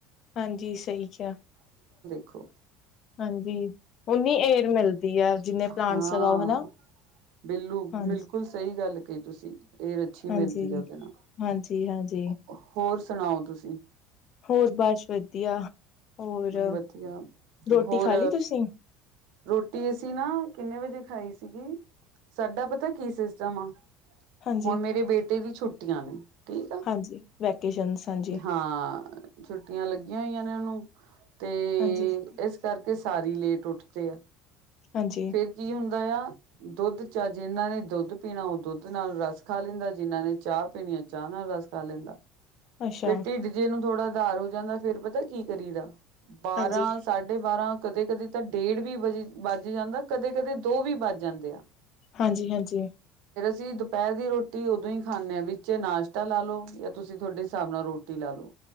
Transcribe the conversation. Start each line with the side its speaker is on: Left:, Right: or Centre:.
Left: ਹਾਂਜੀ ਸਹੀ ਕਿਹਾ
Right: ਸਿੱੱਖੋ
Left: ਹਾਂਜੀ ਨੀ ਏਰ ਮਿਲੱਦੀ ਆ ਜਿੰਨੇ ਪਲਾਂਟਸ
Right: ਹਾਂ
Left: ਲਗਾਓ ਹਨਾ
Right: ਬਿੱਲੂ
Left: ਹਾਂਜੀ
Right: ਬਿਲਕੁਲ ਸਹੀ ਗੱਲ ਮਿੱਲ ਗੇ ਤੁਸੀਂ ਇਹ ਅੱਛੀ ਮਿਲਦੀ
Left: ਹਾਂਜੀ
Right: ਹੈ ਉਹਦੇ ਨਾਲ
Left: ਹਾਂਜੀ ਹਾਂਜੀ
Right: ਹੋਰ ਸੁਣਾਓ ਤੁਸੀਂ
Left: ਹੋਰ ਬੱਸ ਵਧੀਆ ਹੋਰ
Right: ਵਧੀਆ
Left: ਰੋਟੀ
Right: ਹੋਰ
Left: ਖਾ ਲਈ ਤੁਸੀਂ
Right: ਰੋਟੀ ਅਸੀਂ ਨਾ ਕਿੰਨੇ ਵਜੇ ਖਾਈ ਸੀਗੀ ਸਾਡਾ ਪਤਾ ਕੀ ਸਿਸਟੱਮ ਆ
Left: ਹਾਂਜੀ
Right: ਹੁਣ ਮੇਰੇ ਬੇਟੀੇ ਤੇ ਵੀ ਛੁੱਟੀਆਂ ਨੇ ਠੀਕ ਆ
Left: ਹਾਂਜੀ ਵੈਕੇਸ਼ਨ ਹਾਂਜੀ
Right: ਹਾਂ ਛੁੱਟੀਆਂ ਲੱਗੀਆਂ ਹੋਈਆਂ ਨੇ ਉਹਨੂੰ ਤੇ
Left: ਹਾਂਜੀ
Right: ਇਸ ਕਰਕੇ ਤੇ ਸਾਰੀ ਲੇਟ ਉੱਠਦੇ ਆ
Left: ਹਾਂਜੀ
Right: ਫਿਰ ਕੀ ਹੁੰਦਾ ਆ ਦੁੱਧ ਚਾਹ ਜਿੰਹਨਾਂ ਨੇ ਦੁੱਧ ਪੀਣਾਂ ਉਹ ਦੁੱਧ ਨਾਲ ਰਸ ਖਾ ਲੈਂਦਾ ਜਿਨਾਂ ਨੇ ਚਾਹ ਪੀਣੀ ਆ ਚਾਹ ਨਾਲ ਰਸ ਖਾ ਲੈਂਦਾ
Left: ਅੱਛਾ
Right: ਫਿਰ ਢਿੱਡ ਜੇ ਨੂੰ ਥੋੜਾ ਸੁਧਾਰ ਹੋ ਜਾਂਦਾ ਫਿਰ ਪਤਾ ਕੀ ਕਰੀ ਦਾ ਬਾਰਾਂ
Left: ਹਾਂਜੀ
Right: ਸਾਢੇ ਬਾਰਾਂ ਕਦੇ ਕਦੇ ਤਾਂ ਡੇਢ ਵੀ ਵੱਜ ਵੱਜ ਜਾਂਦਾ ਕਦੇ ਕਦੇ ਦੋ ਵੀ ਵੱਜ ਜਾਂਦੇ ਆ
Left: ਹਾਂਜੀ ਹਾਂਜੀ
Right: ਤੁਸੀਂ ਦੁਪਹਿੱਰ ਦੀ ਰੋਟੀ ਉਦੋਂ ਹੀ ਖਾਂਦੇ ਹਾਂ ਵਿੱਚ ਨਾਸ਼ਤਾ ਲਾ ਲਓ ਜਾਂ ਤੁਸੀਂ ਤੁਹਾੱਡੇ ਚਾਹ ਨਾਲ ਰੋਟੀ ਲੇ ਲੋ